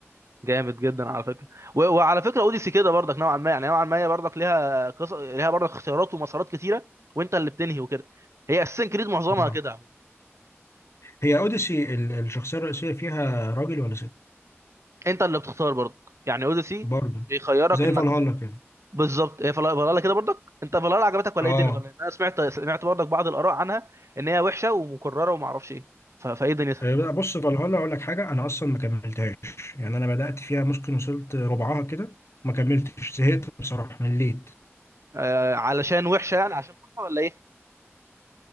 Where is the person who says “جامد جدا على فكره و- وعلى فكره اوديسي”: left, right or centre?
Right